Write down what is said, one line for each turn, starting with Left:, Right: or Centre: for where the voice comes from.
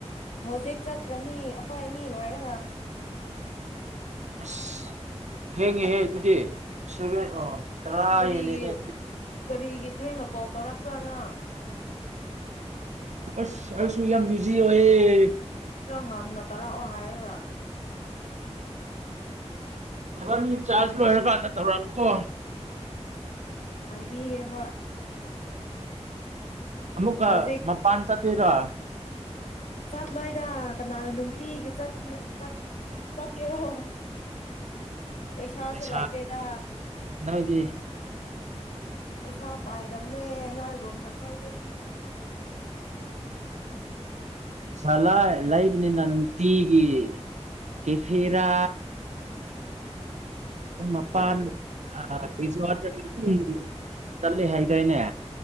Left: ꯍꯧꯖꯤꯛ ꯆꯠꯈ꯭ꯔꯅꯤ ꯑꯩꯈꯣꯏ ꯑꯅꯤ ꯂꯣꯏꯔꯒ
Right: ꯑꯁ ꯊꯦꯡꯉꯦꯍꯦ ꯑꯗꯨꯗꯤ ꯁꯚ ꯑ ꯇꯥꯔ
Left: ꯀꯔꯤꯒꯤ
Right: ꯍꯦꯜꯂꯦ ꯅꯦ
Left: ꯀꯔꯤꯒꯤ ꯊꯦꯡꯅ ꯀꯣꯜ ꯇꯧꯔꯛꯄ꯭ꯔꯥꯅ
Right: ꯑꯁ ꯑꯩꯁꯨꯨ ꯌꯥꯝ ꯕꯤꯖꯤ ꯑꯣꯢꯌꯦ
Left: ꯈꯔ ꯉꯟꯅ ꯇꯥꯔꯛꯑꯣ ꯍꯥꯏꯔꯒ
Right: ꯅꯕꯅꯤ ꯆꯥꯔꯖ ꯂꯣꯏꯔꯀꯥꯟꯗ ꯇꯧꯔꯛꯀꯣ
Left: ꯍꯥꯏꯕꯤꯒꯦ ꯍꯣꯏ
Right: ꯑꯃꯃꯨꯀ
Left: ꯍꯧꯖꯤꯛ
Right: ꯃꯄꯥꯟ ꯆꯠꯇꯣꯢꯔꯥ
Left: ꯆꯠꯂꯣꯏꯗ ꯀꯅꯥꯅ ꯅꯨꯡꯇꯤꯒꯤ ꯆꯠ ꯆꯠ ꯆꯠꯀꯦꯔꯣ
Right: <inaudible>
Left: ꯄꯩꯁꯥꯁꯨ
Right: ꯄꯩꯁꯥ
Left: ꯂꯩꯇꯦꯗ
Right: ꯅꯣꯏꯗꯤ
Left: ꯄꯩꯁꯥ ꯄꯥꯏꯔꯝꯅꯦ ꯅꯥꯏꯒꯨꯝꯅ ꯈꯣꯏꯗꯤ
Right: ꯁꯂꯥꯢ ꯂꯩꯕꯅꯤꯅ ꯅꯨꯡꯇꯤꯒꯤ ꯀꯦꯐꯦꯔꯥ ꯃꯄꯥꯟ <unintelligible> ꯆꯠꯂꯤ ꯍꯥꯏꯗꯥꯢꯅꯦ